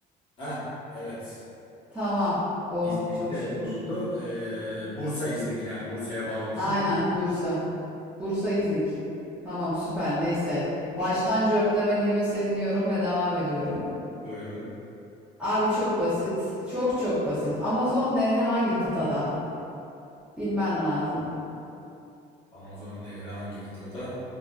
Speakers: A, on the left; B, in the centre.
A: Heh, evet.
B: Tamam. Oh
A: İznik'te
B: çok şükür.
A: kuruldu. Ee, Bursa İznik yani. Bursa'ya bağlı olduğu
B: Aynen
A: için Bursa.
B: Bursa. Bursa İznik. Tamam süper neyse. Baştan cörtlemediğime seviniyorum ve devam ediyorum.
A: Buyurun.
B: Abi çok basit. Çok çok basit. Amazon Nehri hangi kıtada? Bilmen lazım.
A: Amazon Nehri hangi kıtada?